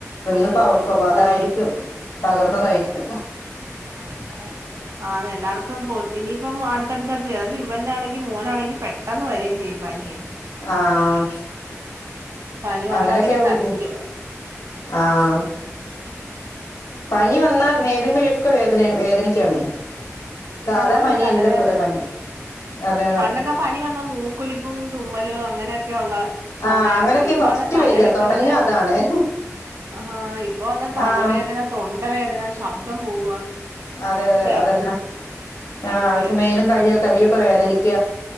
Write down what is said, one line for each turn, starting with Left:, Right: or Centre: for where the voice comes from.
Left: ഇന്ന് ഇപ്പോ അവൾക്കും അപ്പ അതായിരിക്കും
Right: ആണോ
Left: പകർന്നതായിരിക്കും
Right: <unintelligible> ആഹ് അതെ എല്ലാർക്കും പോ ഇനിയിപ്പം അടുത്തടുത്ത് അടുത്ത് അത് ഇവനാണെങ്കിൽ മോനാണെങ്കി പെ ട്ടന്ന് വര് ചെയ്യും പനിയേ
Left: ആഹ്
Right: പനി വന്നാ
Left: അങ്ങനെയൊക്കെയ
Right: പിന്നെ കരച്ചിലുവാ
Left: ബുദി മു ആഹ് പനി വന്നാ മേലും കഴൊക്കെ വേദന വേദനിക്കാണേ സാധാ
Right: ആണ്
Left: പനിയല്ല
Right: തലവേദന
Left: ഇപ്പത്ത പനി അതെ അതെ
Right: പണ്ടൊക്കെ പനി വന്നാ മൂക്കൊലിപ്പും തുമ്മലും അങ്ങനെയൊക്കെ ഉള്ള ചുമ
Left: ആഹ് അങ്ങനെയൊക്കെ
Right: ഇതക്കെ ഇപ്പ
Left: ഫസ്റ്റ്
Right: വന്നതലവേദന
Left: വരിക തൊടങ്ങുക അതാണ്.
Right: ആഹാ ഇപ്പൊ വന്ന തലവേദന
Left: ആഹ്
Right: തൊണ്ടവേദന ശബ്ദം പോവുക
Left: അതെ
Right: ഒച്ചയടപ്പ്
Left: അതെ അതന്നെ ആഹ്
Right: അതൊക്കെ
Left: അവർക്ക് മേലും കയ്ക്കെ കഴിയൊക്കെ വേദനിക്ക